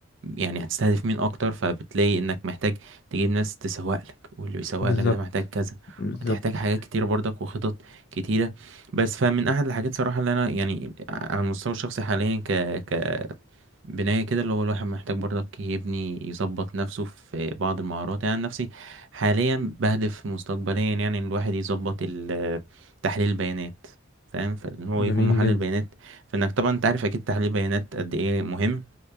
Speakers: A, on the right; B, on the left.
A: يعني هتستهدف مين اكتر فبتلاقي انك محتاج تجيب ناس تسوق لك واللي بيسوق
B: بالظبط
A: لك ده محتاج كذا
B: بالظبط
A: وهتحتاج حاجات كتيرة برضك وخطط كتيرة بس فمن احد الحاجات صراحة اللي انا يعني على المستوى الشخصي حاليا ك ك بناية كده اللي هو الواحد محتاج برضك يبني يظبط نفسه في بعض المهارات يعني عن نفسي حاليا بهدف مستقبليا يعني إن الواحد يظبط ال- تحليل البيانات فاهم فان هو
B: جميل
A: يكون محلل
B: جدا
A: بيانات فانك طبعا انت عارف اكيد تحليل البيانات قد ايه مهم